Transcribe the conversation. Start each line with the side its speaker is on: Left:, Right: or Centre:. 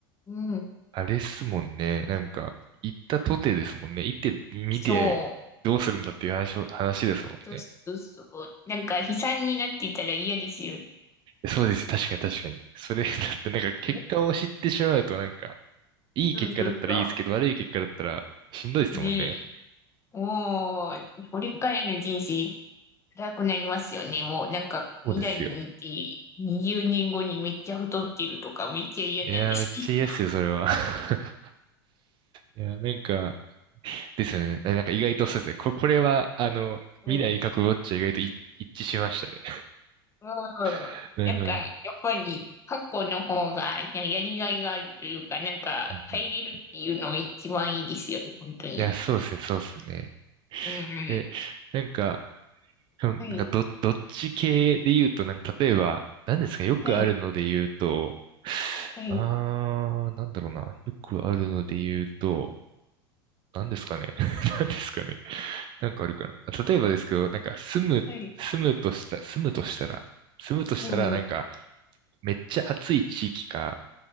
Left: うん。
Right: あれっすもんね。なんか、行ったとてですもんね。行って見てどうするんだっていう話も、
Left: そう。
Right: 話ですもんね。
Left: そうそうそう。なんか悲惨になっていたら嫌ですよね。
Right: そうです。確かに確かに。それ、<laughs> だってなんか結果を知ってしまうとなんか、
Left: ね
Right: いい結果だったらいいですけど、
Left: そうそうそ
Right: 悪い結果だったらしんどいですもんね。
Left: う。ねえ。もう、これからの人生辛くなりますよね。もうなんか未来にいて20年後にめっちゃ太ってるとかめっちゃ嫌なんですけど。
Right: そうですよ。いやー、めっちゃ嫌っすよ、それは。<laughs> いやー、なんか、ですよね。なんか意外とそうですね。こ、これは、あの、
Left: うん。
Right: 未来過去どっちは意外とい一致しましたね。
Left: うん。
Right: <laughs> なるほど。
Left: なんかやっぱり過去の方がややりがいがあるというか、
Right: うん
Left: なんか変えれるっていうのが一番いいですよね。
Right: うんうん
Left: 本当に。
Right: いや、そうですね、そうですね。
Left: うんうん。
Right: え、なんか、そのなんかど、
Left: はい。
Right: どっち系で言うと、なんか例えば、何ですかね、よくあるので言うと、
Left: はい。はい。
Right: あー、なんだろうな。よくあるので言うと、何ですかね。<laughs> 何ですかね。なんかあるかな。あ例えばですけど、なんか住む、
Left: はい。
Right: 住むとした、住むとしたら、住むとしたら、
Left: うん
Right: なんか、めっちゃ暑い地域か、